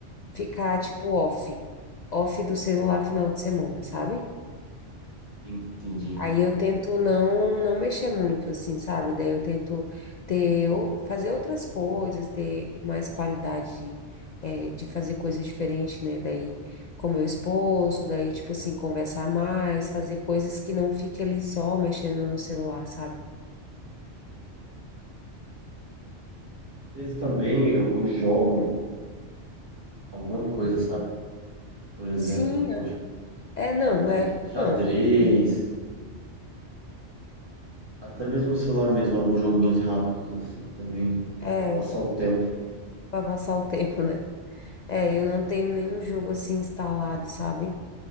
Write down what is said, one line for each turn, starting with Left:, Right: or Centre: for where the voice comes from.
Left: ficar, tipo, off, off do celular final de semana, sabe?
Right: Entendi.
Left: Aí eu tento não não mexer muito, assim, sabe? Daí eu tento ter, ou- fazer outras coisas, ter mais qualidade de, eh, de fazer coisas diferentes, né? Daí com meu esposo, daí, tipo assim, conversar mais, fazer coisas que não fique ali só mexendo no celular, sabe?
Right: Às vezes também eu, eu jogo alguma coisa, sabe? Por exemplo,
Left: Sim,
Right: poxa,
Left: é, é, não,
Right: xadre-
Left: é,
Right: xadrez,
Left: não, sim,
Right: até mesmo no celular mesmo, alguns joguinhos rápidos assim também,
Left: é,
Right: para passar o tempo.
Left: para passar o <laughs> tempo, né? É,
Right: É,
Left: eu não tenho nenhum jogo assim instalado, sabe?